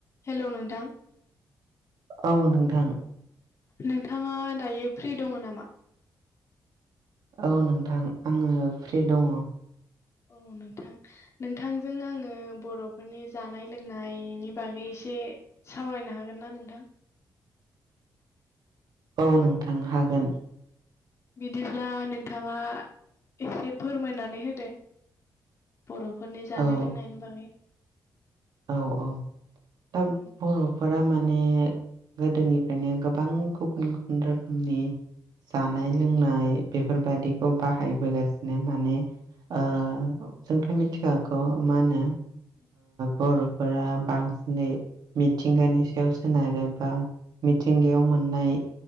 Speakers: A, on the left (about 45°); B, on the right (about 75°).
A: Hello नोंथां
B: औ नोंथां
A: नोंथाङा दायो फ्रि दङ नामा
B: औ नोंथां आङो फ्रि दङ
A: औ नोंथां नोंथांजों आङो बर'फोरनि जानाय लोंनायनि बागै एसे सावरायनो हागोन ना नोंथां?
B: औ नोंथां हागोन
A: बिदिब्ला नोंथाङा एसे फोरमायनानै होदो बर'फोरनि जानाय
B: औ
A: लोंनायनि बागै
B: औ औ दा
A: औ
B: बर' फोरा माने गोदोनिफ्रायनो गोबां गुबुन गुबुन रोखोमनि जानाय लोंनाय
A: औ
B: बेफोरबादिखौ बाहायबोगासिनो माने ओ जोंथ' मिथिखागौ मा होनो
A: <inaudible>
B: बर'फोरा बांसिनै मिथिंगानि सायाव सोनारो बा मिथिंगायाव मोननाय